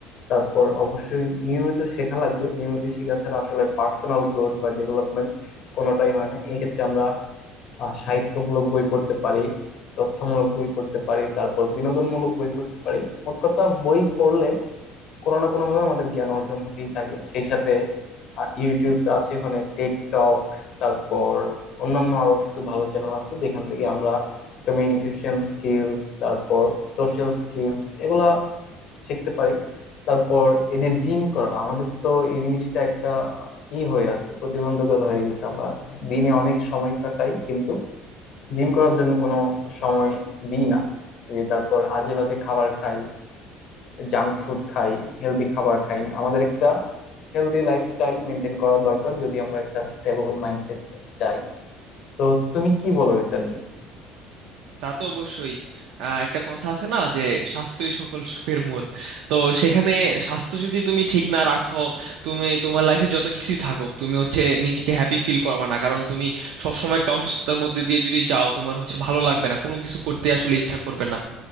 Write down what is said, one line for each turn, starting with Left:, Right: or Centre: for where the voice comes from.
Left: তারপর অবশ্যই নিয়মিত শেখা লাগবে নিয়মিত শেখা ছাড়া আসলে পার্সোনাল গ্রোথ বা ডেভেলপমেন্ট কোনোটাই হয় না এই ক্ষেত্রে আমরা আহ, সাহিত্যমূলক বই পড়তে পারি তথ্যমূলক বই পড়তে পারি তারপর বিনোদনমূলক বই পড়তে পারি মোট কথা বই পড়লে কোনো না কোনো ভাবে আমাদের জ্ঞান অর্জন হতেই থাকে সেই সাথে ইউটিউব আছে ওখানে টেড টক তারপর অন্যান্য আরো কিছু ভালো চ্যানেল আছে যেখান থেকে আমরা কমিউনিকেশন স্কিলস তারপর সোশ্যাল স্কিলস এগুলা শিখতে পারি তারপর এই যে জিম করা আমাদের তো এই জিনিসটা একটা ই হয়ে আছে প্রতিবন্ধকতা হয়ে গেছে আমরা দিনে অনেক সময় কাটাই কিন্তু জিম করার জন্য কোনো সময় দিই না এই যে তারপর আজে বাজে খাবার খাই জাঙ্ক ফুড খাই হেলদি খাবার খাই না আমাদের একটা হেলদি লাইফস্টাইল মেনটেন করা দরকার যদি আমরা একটা স্টেবল মাইন্ডসেট চাই তো তুমি কি বলো এটা নিয়ে
Right: তা তো অবশ্যই আহ, একটা কথা আছে না যে স্বাস্থ্যই সকল সুখের মূল তো সেখানে স্বাস্থ্য যদি তুমি ঠিক না রাখো তুমি তোমার লাইফে যত কিছুই থাকুক তুমি হচ্ছে নিজেকে হ্যাপি ফিল করবে না কারণ তুমি সবসময় একটা অসুস্থতার মধ্যে দিয়ে যদি যাও তোমার হচ্ছে ভালো লাগবে না কোনো কিছু করতে আসলে ইচ্ছা করবে না